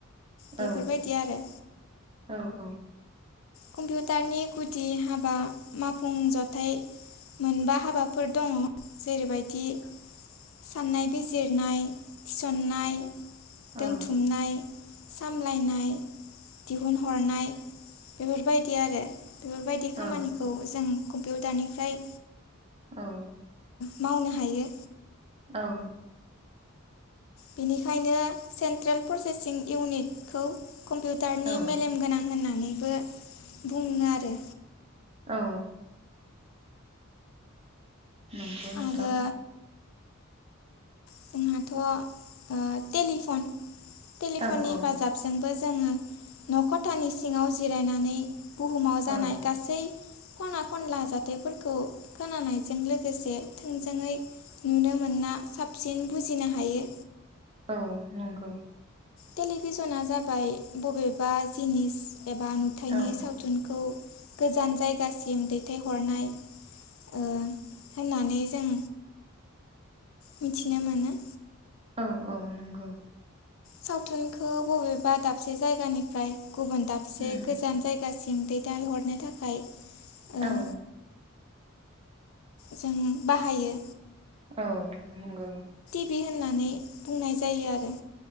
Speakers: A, on the left; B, on the right.
A: बेफोरबायदि
B: औ
A: आरो
B: औ औ।
A: कम्पिउटारनि गुदि हाबा मावफुंजाथाइ मोनबा हाबाफोर दङ' जेरैबायदि साननाय बिजिरनाय थिसननाय
B: औ
A: दोनथुमनाय सामलायनाय दिहुनहरनाय। बेफोरबायदि आरो बेफोरबायदि
B: औ
A: खामानिखौ जों कम्पिउटार निफ्राय
B: औ।
A: मावनो हायो।
B: औ।
A: बेनिखायनो सेन्ट्रेल प्रसेसिं इउनिटखौ कम्पिउटारनि
B: औ
A: मेलेम गोनां होननानै होननानैबो बुङो आरो।
B: औ। नंगौ नोंथां।
A: आरो जोंहाथ' ओ टेलिफन टेलिफननि
B: औ औ
A: हेफाजाबजों बो जोंङो न' ख'थानि सिङाव जिरायनानै बुहुमाव जानाय
B: औ
A: गासै खना खनला जाथायफोरखौ खोनानायजों लोगोसे थोंजोङै नुनो मोनना साबसिन बुजिनो हायो।
B: औ नंगौ।
A: टेलिभिसना जाबाय बबेबा जिनिस एबा नुथायाइनि
B: औ
A: सावथुनखौ गोजान जायगासिम दैथायहरनाय ओ होननानै जों मिथिनो मोनो।
B: औ औ नंगौ।
A: सावथुनखौ बबेबा दाबसे जायगानिफ्राय गुबुन दाबसे
B: उम
A: गोजान जायगा जायगासिम दैथायहरनो थाखाय ओ
B: औ।
A: जों बाहायो।
B: औ नंगौ।
A: भि होननानै बुंनाय जायो आरो।